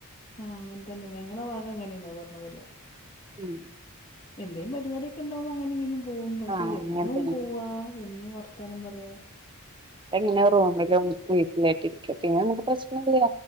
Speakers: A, on the left; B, on the right.
A: ആഹ് അങ്ങന തന്ന ഞങ്ങളാ ഭാഗം അങ്ങനെയാ പറഞ്ഞ പോലെ
B: ഉം
A: എന്തേലും പരിപാടിയൊക്കെ ഉണ്ടാവുമ്പോൾ അങ്ങനെങ്കിലും പോകും പക്ഷെ
B: ആഹ്
A: എന്നും
B: അങ്ങനെ തന്നെ
A: പോവാ എന്നും വർത്താനം പറയാ
B: അ ങ്ങനെ റൂമിൽ വീട്ടിലായിട്ടിരിക്കുക പിന്നെ നമുക്ക് പ്രശ്നല്ല